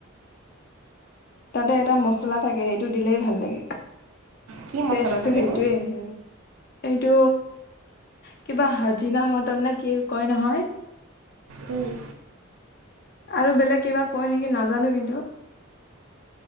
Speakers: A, on the left; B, on the right.
A: <unintelligible> এটা মচলা থাকে সেইটো দিলেই ভাল লাগে,
B: কি মছলা
A: টেষ্টটো
B: থাকেনো
A: সেইটোয়ে আহে। এইটো, কিবা হাজিনা মটন নে কি কয় নহয়।
B: উম,
A: আৰু বেলেগ কিবা কয় নেকি নাজানো কিন্তু।